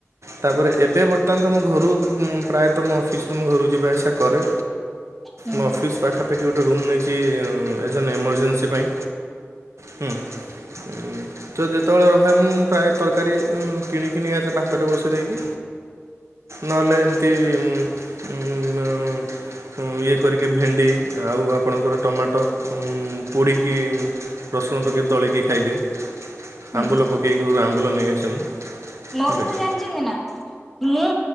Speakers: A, on the right; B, in the centre.
A: ତାପରେ ଏବେ ବର୍ତ୍ତମାନ ତୁମ ଘରୁ ମୁଁ ପ୍ରାୟତଃ ମୋ ଅଫିସ୍ ରୁ ମୁଁ ଘରକୁ ଯିବା ଆସିବା କରେ
B: ହୁଁ
A: ମୋ ଅଫିସ୍ ପାଖାପାଖି ଗୋଟେ ରୁମ୍ ନେଇକି ଏଜନ୍ ଏମର୍ଜେନ୍ସି ପାଇଁ ହୁଁ। ତ ଯେତେବେଳେ ରହେ ମୁଁ ପ୍ରାୟ ତରକାରୀ କିଣିକି ନେଇଆସେ ଭାତ ଟେ ବସେଇ ଦେଇକି ନହେଲେ ଏମିତି ଉଁ ଉମ ଇଏ କରିକି ଭେଣ୍ଡି ଆଉ ଆପଣଙ୍କର ଟମାଟୋ ପୋଡ଼ିକି ରସୁଣ ପକେଇି ଦଳିକି ଖାଇଦିଏ
B: ହୁଁ
A: ଆମ୍ବୁଲ ପକାଇକି ଘରୁ ଆମ୍ବୁଲ ନେଇ ଆସେ ମୁଁ।
B: ମୋ
A: ହେଲା
B: କଥା
A: କି
B: ଜାଣିଛନ୍ତି ନା ମୁଁ